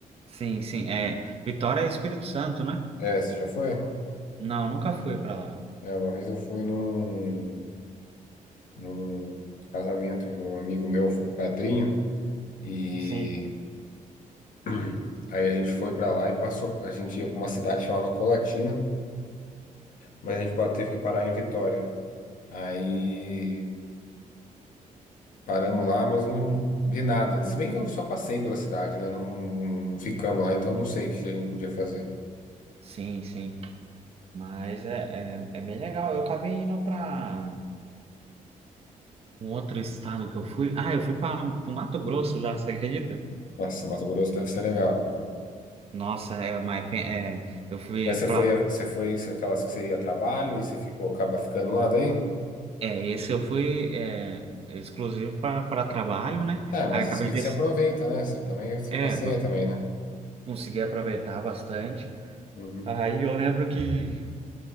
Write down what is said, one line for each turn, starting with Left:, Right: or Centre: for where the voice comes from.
Right: Sim, sim. É, Vitória é Espírito Santo, né?
Left: É, você já foi?
Right: Não, nunca fui pra lá.
Left: É, uma vez eu fui num, num casamento de um amigo meu, fui padrinho, e
Right: Sim.
Left: <clears throat> aí a gente foi pra lá e passou. A gente ia pra uma cidade que chamava Colatina, mas a gente pa- teve que parar em Vitória. Aí. Paramos lá, mas não vi nada. Se bem que eu só passei pela cidade, né? Não, não- não ficamos lá, então não sei o que que a gente podia fazer.
Right: Sim, sim. Mas é, é, é bem legal. Eu acabei indo pra um outro estado que eu fui. Ah, eu fui para o Mato Grosso já, <laughs> você acredita?
Left: Nossa, Mato Grosso deve ser legal, cara.
Right: Nossa, é, mas pe- é, eu fui
Left: Mas você foi,
Right: pra.
Left: a- você foi aquelas que você ia a trabalho e você ficou, acaba ficando lá daí?
Right: É, esse eu fui é, exclusivo pra pra trabalho, né?
Left: É, mas
Right: Aí acabei
Left: isso é que
Right: de
Left: você aproveita, né? Você também, você
Right: é,
Left: passeia também, né?
Right: consegui aproveitar bastante.
Left: Uhum.
Right: Aí eu lembro que